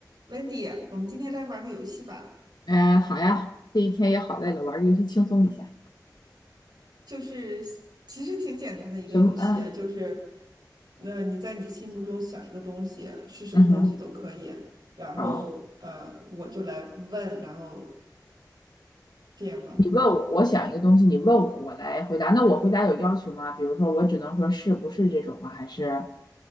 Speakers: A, on the right; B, on the left.
A: Wendy，我们今天来玩个游戏吧，
B: 嗯，好呀，这一天也好累了，玩个游戏轻松一下。
A: 就是其实挺简单的一个游戏啊，
B: 什么？嗯
A: 就是那、你在你心目中想一个东西，是什么东西都可以，
B: 嗯哼，
A: 然后呃我就来问，
B: 好。
A: 然后这样吗？
B: 你问我，我想一个东西，你问我，我来回答。那我回答有要求吗？比如说，我只能说是不是这种啊？还是